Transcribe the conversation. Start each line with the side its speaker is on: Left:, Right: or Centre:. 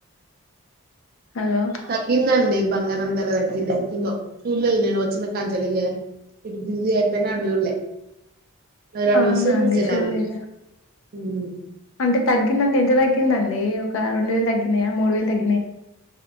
Left: హలో
Right: తగ్గిందండి. బంగారం ధర తగ్గింది ఎంతుందో చూడ్లేదు నేను వచ్చిన కాన్నుంచి ఇలగే ఇడ బిజీ అయిపోయిన ఆడు చూడ్లే ఎవరైనా
Left: అవునా
Right: వస్తె చూసేదాన్ని
Left: అండి చూడలేదా
Right: మ్
Left: అంటే తగ్గిందండి ఎంత తగ్గిందండి ఒక రెండు వేలు తగ్గినయా మూడు వేలు తగ్గి